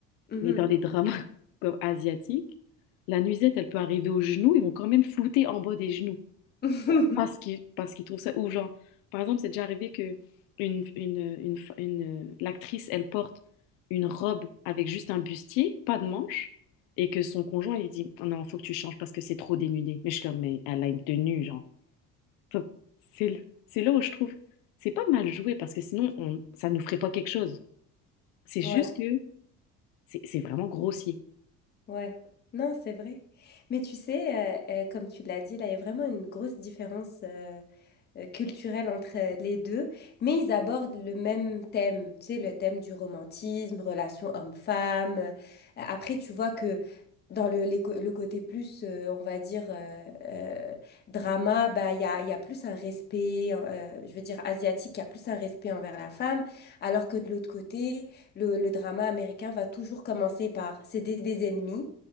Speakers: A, on the left; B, on the left.
A: Mhm.
B: Mais dans les dramas <laughs> comme asiatiques, la nuisette, elle peut arriver aux genoux, ils vont quand même flouter en bas des genoux
A: <laughs>
B: pour- parce qu'ils parce qu'ils trouvent ça ou genre par exemple c'est déjà arrivé que une une une, fa- une, euh, l'actrice elle porte une robe avec juste un bustier pas de manches et que son conjoint il dit Oh non faut que tu changes parce que c'est trop dénudé mais je suis comme mais elle a une tenue genre Faut- c'est l- c'est là où je trouve c'est pas mal joué parce que sinon on ça nous ferait pas quelque chose c'est juste
A: Ouais,
B: que c'est c'est vraiment grossier
A: ouais. Non, c'est vrai. Mais tu sais, euh, euh, comme tu l'as dit, là, il y a vraiment une grosse différence. euh, euh, culturel entre euh, les deux, mais ils abordent le même thème, tu sais, le thème du romantisme, relation homme-femme. Euh, Après, tu vois que dans le, les co- le côté plus, euh, on va dire, euh, euh, drama, bah, il y a, il y a plus un respect, euh, je veux dire, asiatique, il y a plus un respect envers la femme, alors que de l'autre côté, le, le drama américain va toujours commencer par c'est des des ennemis.